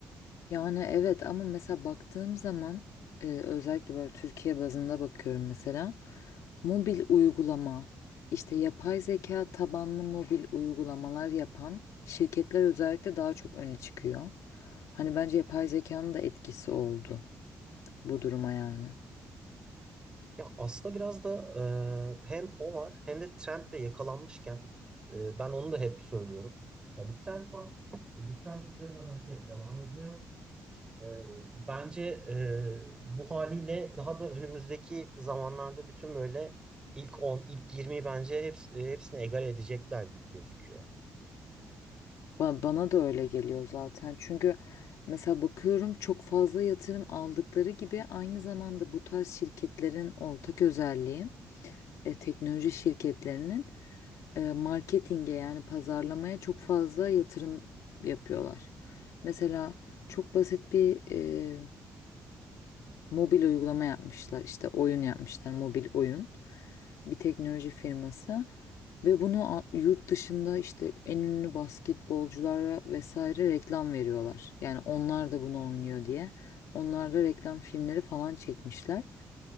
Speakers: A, on the left (about 80°); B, on the right (about 15°).
A: Yani evet ama mesela baktığım zaman e, özellikle böyle Türkiye bazında bakıyorum mesela mobil uygulama işte yapay zeka tabanlı mobil uygulamalar yapan şirketler özellikle daha çok öne çıkıyor. Hani bence yapay zekanın da etkisi oldu bu duruma yani.
B: Ya aslında biraz da e, hem o var hem de trend de yakalanmışken e, ben onu da hep söylüyorum. Ya bir trend var. Bu trend üzerinden herkes devam ediyor. Ee, Bence e, bu haliyle daha da önümüzdeki zamanlarda bütün böyle ilk 10, ilk 20'yi bence heps- hepsini egal edecekler gibi gözüküyor.
A: Ba- bana da öyle geliyor zaten çünkü mesela bakıyorum çok fazla yatırım aldıkları gibi aynı zamanda bu tarz şirketlerin ortak özelliği e, teknoloji şirketlerinin e, marketinge yani pazarlamaya çok fazla yatırım yapıyorlar. Mesela çok basit bir e, mobil uygulama yapmışlar. işte oyun yapmışlar, mobil oyun. Bir teknoloji firması ve bunu a- yurt dışında işte en ünlü basketbolculara vesaire reklam veriyorlar. Yani onlar da bunu oynuyor diye. Onlar da reklam filmleri falan çekmişler.